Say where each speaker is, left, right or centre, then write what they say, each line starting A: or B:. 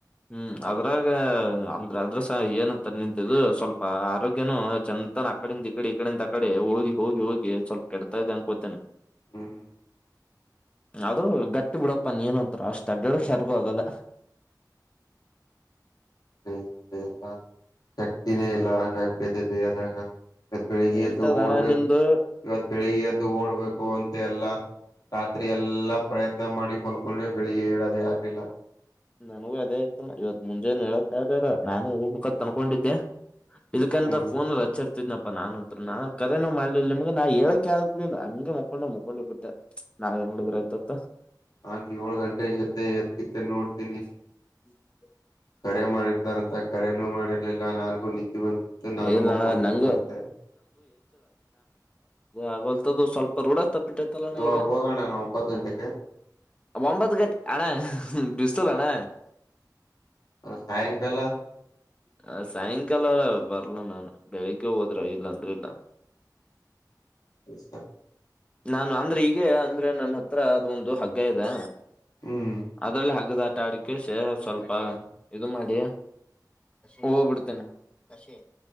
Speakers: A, on the left; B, on the left.
A: ಹ್ಮ್ ಅದ್ರಾಗ ಅಂದ್ರ ಅದ್ರಸ ಏನಂತ ನಿಂತಿದ್ದ್ ಸ್ವಲ್ಪ ಆರೋಗ್ಯನು ಚಂದಂತಾನ ಅಕಡಿಂದ ಈ ಕಡೆ ಈಕಡಿಂದ ಆಕಡೆ ಹೋಗಿ ಹೋಗಿ ಹೋಗಿ ಸ್ವಲ್ಪ ಕೆಡ್ತಾ ಇದೆ ಅನ್ಕೋತೇನೆ
B: ಹ್ಮ್
A: ಆದ್ರೂ ಗತ್ತಿ ಬಿಡಪ್ಪ ನೀ ಏನ್ ಅಂತಾರ ಅಷ್ಟು ಅಡ್ಡಡಕ್ಕೆ ಯಾರ್ಗು ಆಗಲ್ಲ
B: <unintelligible> ಎಲ್ಲ ಶಕ್ತಿನೇ ಎಲ್ಲ ರಂಗ ಆ್ಬಿಟ್ಟತ ದೇವದಾಗ ಇವತ್ ಬಳಗ್ಗೆಯತ್ತು
A: ನಡೀತದಣ್ಣ
B: ಓಡ್ಬೇಕು
A: ನಿಂದು
B: ಇವತ್ತು ಬಳಗ್ಗೆತ್ತು ಇ ಓಡ್ಬೇಕು ಅಂತ ಎಲ್ಲ ರಾತ್ರಿ ಎಲ್ಲಾ ಪ್ರಯತ್ನ ಮಾಡಿ ಮಲ್ಕೊಂಡ್ರೆ ಬೆಳಿಗ್ಗೆ ಹೇಳೋದೇ ಆಕಿಲ್ಲ
A: ನನಗೂ ಅದೇ ಆತ ಇವತ್ ಮುಂಜೆನೆ ಹೇಳತ್ತ ಆದಾರ ನಾನು ಹೂ ಬುಖತ್ ತನ್ಕೊಂಡಿದ್ದೆ ಇಲ್ಕಂತ
B: ಹ್ಮ್
A: ಫೋನ್ಲ್ಲಿ ಹಚ್ಚರ್ ನಪ್ಪಾ ನಾನನ್ ಅಂತ್ ನಾ ಕರೆನೋ ಮಾಡಲಿಲ್ಲ ನಿಮ್ಗೆ ನಾ ಹೇಳಕ ಆಗ್ಬ ಹಂಗೆ ಮುಕೊಂಡ ಮುಕೊಂಡಿ ಬಿಟ್ಟೆ ನಾವೇನ್ ನುಡಿದ್ರ ಆಯತತ್
B: ಹಾ ನೀ ಏಳು ಗಂಟೆ ಇಗತ್ತ ಎದಗಿತ್ತ ನೋಡ್ತೀಿ
A: <unintelligible>
B: ಕರೆ ಮಾಡಿರ್ತಾರಂತ ಕರೆನೂ ಮಾಡಿರ್ಲಿಲ್ಲ ನನ್ಗೂ ನಿದ್ದೆ ಬಂದ್ಬಿಡ್ತು ನಾನು
A: ಇಲ್ಲಣ್ಣ
B: ಮಕ್ಕೊಂಡ್ಬಿಟ್ಟೆ
A: ನಂಗು
B: ಮತ್ತೆ
A: ಆಗಲ್ತದದು ಸ್ವಲ್ಪ ರೂಢ ಟ್ಟತಲ್ಲಣ
B: ಇವಾಗ
A: ಈಗ
B: ಹೋಗೋಣ ನಾ ಒಂಬತ್ ಗಂಟೆಗೆ
A: ಒಂಬತ್ತು ಗಂಟೆ ಅಣ್ಣ <unintelligible> ಅಣ್ಣ
B: ಸಾಯಂಕಾಲ
A: ಹ ಸಾಯಂಕಾಲ ಬರ್ಲ ನಾನು ಬೆಳಿಗ್ಗೆ ಹೋದ್ರ ಇಲ್ಲಂದಿಲ್ಲ
B: <unintelligible>
A: ನಾನು ಅಂದ್ರೆ ಈೀಗ ಅಂದ್ರೆ ನನ್ನ ಹತ್ರ ಅದು ಒಂದು ಹಗ್ಗ ಇದೆ
B: ಹ್ಮ್
A: ಅದ್ರಲ್ಲಿ ಹಗದ ಅಡಕ್ಕೆ ಸೇ ಸ್ವಲ್ಪ
B: ಹ್ಮ್
A: ಇದು ಮಾಡಿ ಹೋಗ್ಬಿಡ್ತೇನಾ ಕಾಶಿ